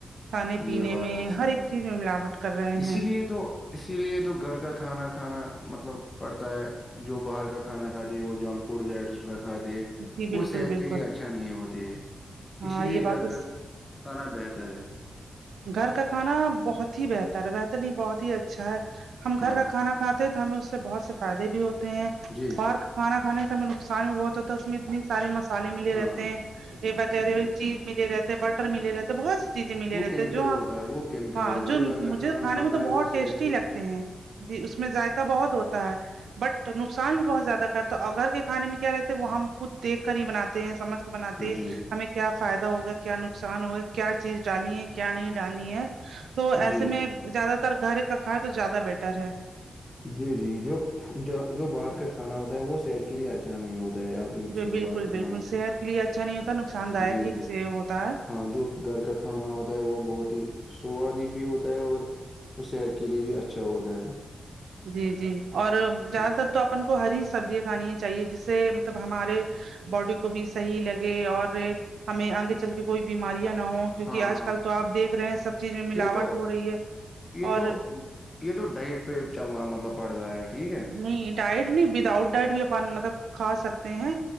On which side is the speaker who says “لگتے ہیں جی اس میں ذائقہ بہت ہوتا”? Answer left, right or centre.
Right